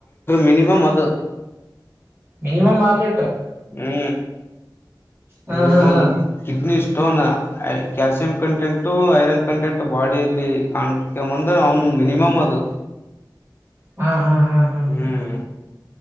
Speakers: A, on the left; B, on the right.
A: ಮಿನಿಮಮ ಅದು
B: ಮಿನಿಮಮ್ ಮಾರಲಿ
A: ಹ್ಮ್
B: ಹಾ
A: ಮಿನಿಮಮ್
B: ಹಾ ಹಾ
A: kidney stone calcium content iron content ಬಾಡಿಯಲ್ಲಿ ಕಾಣ್ಕೊ ಬಂದ ಅವನು ಮಿನಿಮಮ್ ಅದು
B: ಹಾ ಹಾ ಹಾ ಹಾ
A: ಹ್ಮ್
B: ಹಾ